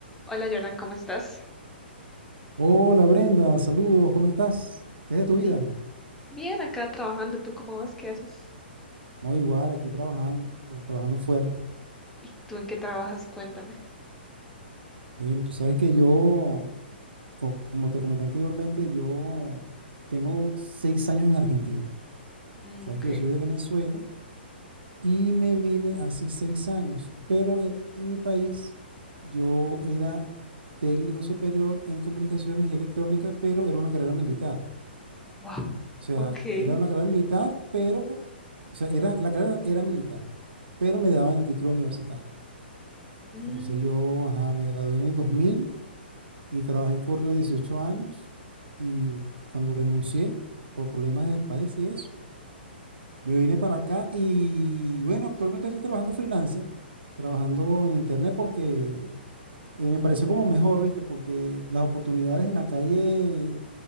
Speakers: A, in the centre; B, on the right (about 65°).
A: Hola Jordan, ¿cómo estás?
B: Hola Brenda, saludos, ¿cómo estás? ¿Qué es de tu
A: Bien,
B: vida?
A: bien, acá trabajando. ¿Tú cómo vas? ¿Qué haces?
B: No, igual, aquí trabajando, trabajando fuerte.
A: ¿Y tú en qué trabajas? Cuéntame.
B: Bueno, tú sabes que yo, co- como te comenté anteriormente, yo tengo seis años en Argentina.
A: Mm,
B: Sabes
A: ok,
B: que yo soy de Venezuela y me vine hace seis años, pero en, en mi país yo era técnico superior en comunicaciones y electrónica, pero era una carrera militar.
A: wow,
B: O sea,
A: ok.
B: era una carrera militar, pero, o sea, era, la carrera era militar, pero me daban el título universitario.
A: Mm,
B: Entonces yo, ajá, me gradué en el 2000 y trabajé corrió 18 años y cuando renuncié por problemas del país y eso, me vine para acá y bueno, actualmente estoy trabajando freelancer, trabajando en internet porque eh, me pareció como mejor, ¿viste? Porque las oportunidades en la calle,